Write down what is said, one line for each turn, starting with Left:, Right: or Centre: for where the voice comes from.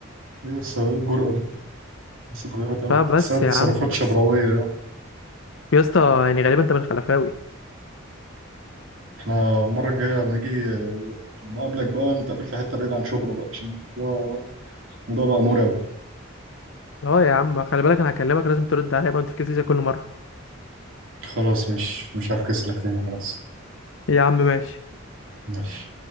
Right: ايه يا اسطى، ايه الجرأه دي بس اتغيرت قوي
Left: فبس
Right: تحسها تصرفات
Left: يا عم بس
Right: شبراويه
Left: يا اسطى يعني غالبا انت من الخلفاوي
Right: احنا المره الجايه لما اجي لما اقابلك بقى نتقابل في حته بعيد عن شبرا بقى عشان الموضوع الموضوع بقى مرعب
Left: اه يا عم خلي بالك انا هكلمك لازم ترد عليا بقى ما تفكسش زي كل مره
Right: خلاص مش مش هفكس لك تاني خلاص
Left: يا عم ماشي
Right: ماشي